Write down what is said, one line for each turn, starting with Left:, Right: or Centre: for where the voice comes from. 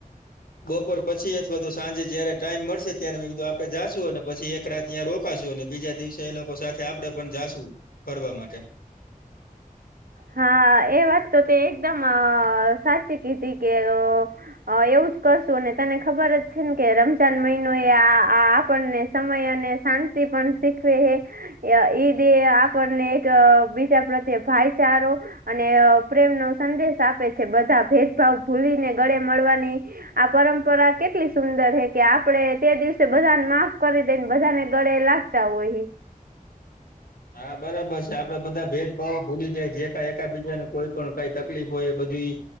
Left: બપોર પછી અથવા તો સાંજે જયારે ટાઈમ મળશે ત્યારે મેં કીધું આપડેશું અને પછી એક રાત ત્યાં રોકાશું અને બીજા દિવસે એ લોકો સાથે આપડે પણ જાશું ફરવા માટે
Right: હા એ વાત તો તે એકદમ સાચી કીધી કે હ એવું જ કરશું અને તને ખબર જ છે ને કે રમઝાન મહિનો એ આ આપણને સમય અને શાંતિ પણ શીખવે હ ઈદે આપણને એક બીજા પ્રત્યે ભાઈચારો અને પ્રેમનોો સંદેશ આપે છે બધા ભેદભાવ ભૂલીને ગળે મળવાની આ પરંપરા કેટલી સુંદર હ કે આપડે તે દિવસે બધાને માફ કરી દઈને બધાને ગળે લાગ તઓહી
Left: હા બરાબર છે આપડે બધા ભેદભાવો ભૂલી જાય જે ક એકબીજાને કોઈ પણ કઈ તકલીફ હોય એ બધી